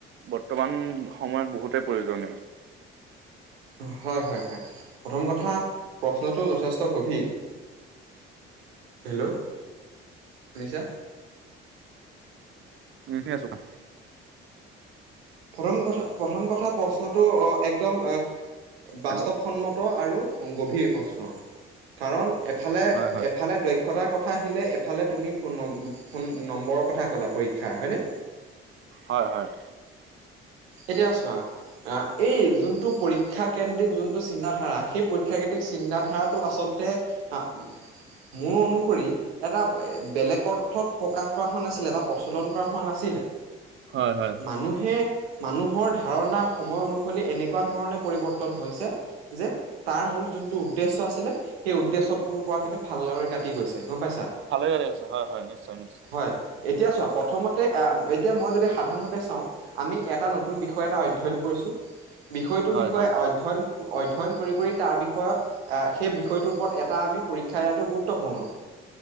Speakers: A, on the right; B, on the right.
A: বৰ্তমান সময়ত বহুতেই প্ৰয়োজনীয়।
B: হয় হয় হয় প্ৰথম কথা প্ৰশ্নটো যথেষ্ট গভীৰ। হেল্ল' শুনিছা?
A: ঠি আছঁ কা
B: প্ৰথম কথা প্ৰথম কথা প্ৰশ্নটো একদম বাস্তৱসন্মত
A: হেল্ল'
B: আৰু গভীৰ প্ৰশ্ন কাৰণ এফালে
A: হয়
B: এফালে দক্ষতাৰ কথা আহিলে এফালে তুমি ফোন নম ফোন নম্বৰৰ কথা ক'লা পৰীক্ষাৰ হয়নে
A: হয় হয়
B: এতিয়া চোৱা এই যোনটো পৰীক্ষা কেন্দ্ৰিক যোনটো চিন্তাাধাৰা সেই পৰীক্ষাকেন্দ্ৰিক চিন্তাধাৰাত আচলতে মোৰ অনুসৰি এটা বেলেগ অৰ্থত প্ৰকাশ কৰা হোৱা নাছিলে বা প্ৰচলন কৰা হোৱা নাছিলে
A: হয় হয়
B: মানুহে মানুহৰ ধাৰণা সময় অনুসৰি এনেকুৱা ধৰণে পৰিৱৰ্তন হৈছে যে তাৰ মূল যোনটো উদ্দেশ্য আছিলে সেই উদ্দেশ্যত তোৰ পৰা কিন্তু ভালদৰে কাটি গৈছে গম পাইছা
A: ভালে গাড়ী আছে হয় নিশ্চয় নিশ্চয়
B: হয় এতিয়া চোৱা প্ৰথমতে এতিয়া মই যদি সাধাৰণভাৱে চাওঁ আমি এটা নতুন বিষয় এটা অধ্যয়ন কৰিছোঁ বিষয়টোৰ
A: হয়
B: বিষয়ে
A: হয়
B: অধ্যয়ন অধ্যয়ন কৰি কৰি তাৰ বিষয়ত আহ সেই বিষয়টোৰ ওপৰত এটা আমি পৰীক্ষা দিয়াটো গুৰুত্বপূৰ্ণ